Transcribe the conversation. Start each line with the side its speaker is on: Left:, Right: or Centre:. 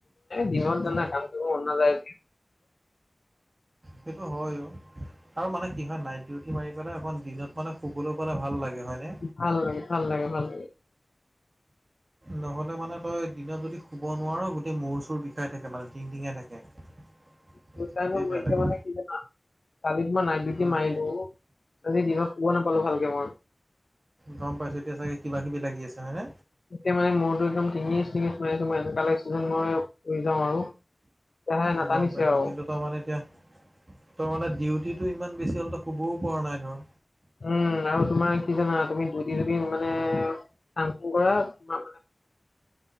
Left: দিনত
Right: অঁ
Left: জানা কাম কৰিব মন নাযায়,
Right: সেইটো হয় অ, আৰু মানে কি হয় নাইট ডিউটি মাৰি পেলাই অকণ দিনত মানে শুবলে পালে ভাল লাগে হয় নে?
Left: ভাল লাগে, ভাল লাগে, ভাল লাগে।
Right: নহ'লে মানে তই দিনত যদি শুব নোৱাৰ গোটেই মূৰ চুৰ বিষাই থাকে মানে টিং টিঙাই থাকে। <unintelligible>
Left: পইছা
Right: সেইটোৱে
Left: ন
Right: বেয়া
Left: এতিয়া
Right: লাগে
Left: মানে, কালি তোমাৰ নাইট ডিউটি
Right: উম।
Left: মাৰিলো আজি দিনত শুবা নাপালো ভালকে মই।
Right: গম পাইছো এতিয়া চাগে কিবা কিবি লাগি আছে হয়নে?
Left: এতিয়া মানে মূৰটো একদম টিঙিছ টিঙিছ হৈ আছে মই এনেুকুৱা লাগিছে যেন মই শুই যাওঁ আৰু লাহে নাটানিছে
Right: গম পাইছো
Left: আৰু
Right: কিন্তু তই মানে এতিয়া, ত মানে ডিউটিটো ইমান বেছি হ'লে তো শুবও পৰা নাই ধৰ,
Left: উম আৰু তোমাৰ কি জানা তুমি ডিউটি যদি মানে ফাং ফুং কৰা ত,